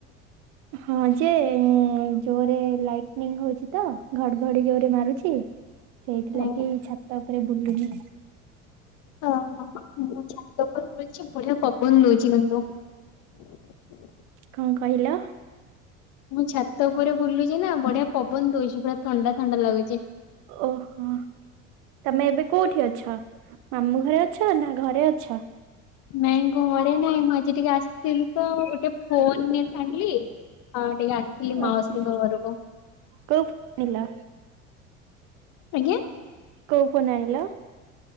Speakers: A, on the right; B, on the left.
A: ହଁ ଯେ ମୁଁ ଜୋରେ ଲାଇଟୀଙ୍ଗି ହୋଉଚି ତ, ଘଡଘଡି ଜୋରେ ମାରୁଚି। ସେଇଥିଲାଗି
B: ଓ
A: ଛାତ ଉପେରେ ବୁଲୁନି।
B: ହଅ ହ ମୁଁ ଛାତଉପରେ ବୁଲଚି। ବଡ଼ିଆ ପବନ ଦଉଚି ମାନେ ସବୁ
A: କଣ କହିଲ?
B: ମୁଁ ଛାତ ଉପରେ ବୁଲୁଚି ନା ବଢିଆ ପବନ ଦଉଛି ପୁରା ଥଣ୍ଡା ଥଣ୍ଡା ଲାଗୁଚି।
A: ଓହୋ। ତମେ ଏବେ କଉଠି ଅଛ? ମାମୁଁ ଘରେ ଅଛ ନା ଘରେ ଅଛ?
B: ନାଇଁ ଘରେ ନାଇଁ ମୁଁ ଆଜି ଟିକେ ଆସିଥିଲି ତ ଗୋଟେ ଫୋନଟେ ଆଣିଲି। ଟିକେ ଆସିଥିଲି ମାଉସୀଙ୍କ
A: ଓହୋ
B: ଘରକୁ
A: କଉ ଫନ ଆଣିଲା?
B: ଆଜ୍ଞା?
A: କଉ ଫୋନ ଆଣିଲ?